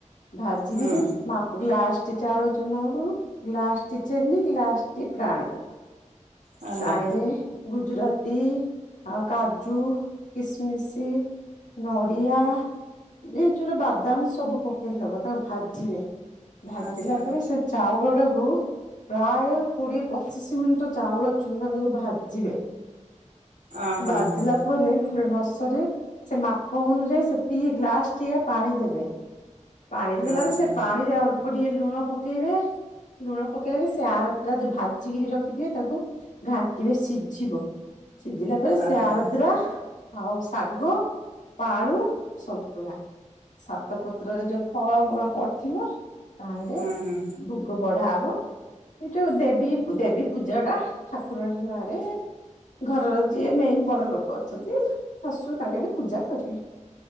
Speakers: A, on the left; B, on the right.
A: ଭାଜିକିରି
B: ହୁଁ
A: ମାପ ଗ୍ଲାସଟି ଚାଉଳ ଚୁନାକୁ ଗ୍ଲାସ ଟି ଚିନି ଲାସ୍ଟି ପ୍ରାଣୀ
B: ହେଲା
A: ତାଇରେ ଗୁଜୁରାତି ଆଉ କାଜୁ କିସମିଶ ନଡ଼ିଆ ଏ ଯୋରୋ ବାଦାମ ସବୁ ପକେଇଲେ ହବ ତାକୁ ଭାଜିବେ। ଭାଜିଲା
B: ଆଚ୍ଛା
A: ପରେ ସେ ଚାଉଳ ଟାକୁ ପ୍ରାୟ କୋଡିଏ ପଚିଶି ମିନିଟ ଚାଉଳ ଚୁନା ତାକୁ ଭାଜିବେ।
B: ଅ ହଁ
A: ଭାଜିଲା
B: ହଁ
A: ପରେ ଗୋଟେ ରସରେ ସେ ମାପ ଅନୁଯାୟୀ ସେତିକି ଗ୍ଲାସ ଟିଏ ପାଣି ଦେବେ। ପାଣି ଦେଲା
B: ଆଚ୍ଛା
A: ପରେ ସେ ପାଣିରେ ଅଳ୍ପ ଟିକେ ଲୁଣ ପକେଇବେ ଲୁଣ ପକେଇଲେ ବି ସେ ଆରଦ୍ରା ଯୋଉ ଭାଜିିକିରି ରଖିଥିବେ ତାକୁ ଘାଣ୍ଟିିବେ ସିଝିବ ସିଝିଲା ପରେ ସେ
B: ଆଚ୍ଛା
A: ଆରଦ୍ରା ଆଉ ଶାଗ ପାଳୁ ସନ୍ତୁଳା ସାତପ ପତ୍ରରେ ଯୋଉ ଫଳମୂଳ ପଡିଥିବ ତାହରେ
B: ହୁଁ ହୁଁ
A: ଭୋଗ ବଢା ହବ। ସେଇ ଯୋଉ ଦେବୀ ଦେବୀ ପୂଜା ଟା ଠାକୁରଣୀ ମା ରେ। ଘରର ଯିଏ ମେନ ବଡ ଲୋକ ଅଛନ୍ତି ଶାଶୁ ତାଙ୍କେ ପୂଜା କରିବେ।